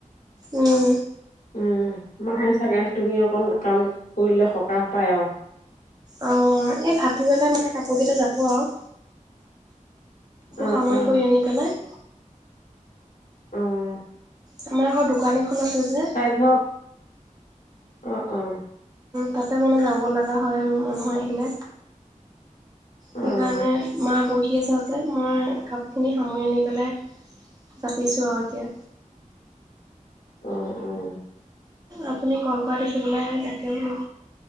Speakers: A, on the right; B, on the left.
A: উম
B: উম মায়ে চাগে তুমি অকণ কাম কৰিলে সকাহ পায় আৰু
A: অঅঅ এই ভাটিবেলা মানে কাপোৰ কেইটা জাপো আউ।
B: অ
A: সামৰি
B: অ
A: কৰি আনি বেলাই-
B: অ',
A: তোমাৰ আকৌ দোকান এখ- <unintelligible> যে-
B: ঠাইডোখৰ অ অঅ।
A: তাতে মানে যাব লাগা হয় আৰু মানুহ আহিলে।
B: অ',
A: সেইকাৰণেএ মা <unintelligible> <unintelligible> মই কাপোৰখিনি সামৰি আনি পেলাই জাপিছোঁ আৰু এতিয়া।
B: অ অঅ।
A: আপুনি কল কৰা দেখিবলাই তাকে বোলো